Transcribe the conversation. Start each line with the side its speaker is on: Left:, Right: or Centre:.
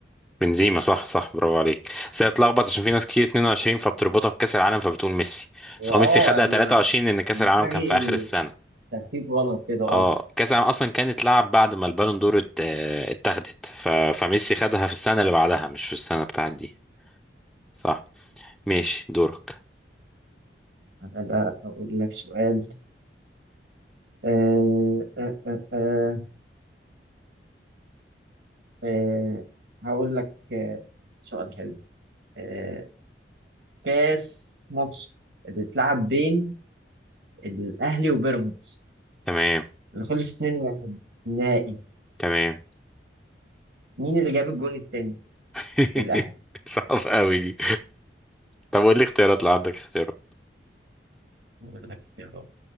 Centre: بنزيما صح صح برافو عليك بس هي اتلخبط عشان في ناس كتير 22 فبتربطها بكأس العالم فبتقول ميسي
Right: هو
Centre: بس هو
Right: اه
Centre: ميسي خدها
Right: أنا
Centre: 23 لأن كأس
Right: دماغي
Centre: العالم كان في آخر السنة
Right: ترتيب غلط كده اه
Centre: اه كأس العالم أصلا كانت اتلعب بعد ما البالون دور ات- آه، اتاخدت ف... فميسي خدها في السنة اللي بعدها مش في السنة بتاعت دي صح ماشي دورك
Right: أنا لا أقول لك سؤال أه أه أه أه. آه، هقول لك آه، سؤال حلو آه، كاس مصر اللي اتلعب بين الأهلي وبيراميدز
Centre: تمام
Right: اللي خلص 2-1 النهائي
Centre: تمام
Right: مين اللي جاب الجون التاني
Centre: <laughs>
Right: للأهلي؟
Centre: صعب قوي دي طب قول لي اختيارات لو عندك اختيارات
Right: هقول لك اختيارات